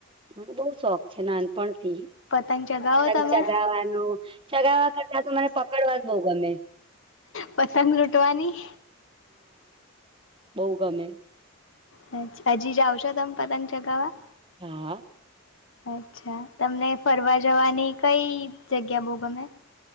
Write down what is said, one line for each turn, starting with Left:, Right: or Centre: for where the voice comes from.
Right: મને બઉશોખ છે. નાનપણ થી.
Left: પતંગ ચગાવો
Right: પતંગ
Left: તમે
Right: ચગાવાનું, ચગાવવા કરતા તો મને પકડવાનું બહ ગમે.
Left: પતંગ લૂટવાની?
Right: બઉ ગમે
Left: હજી હજી જઓ છો, તમે પતંગ ચગાવવા?
Right: હા.
Left: અચ્છા તમને ફરવા જવાની કઈ જગ્યા બહુ ગમે?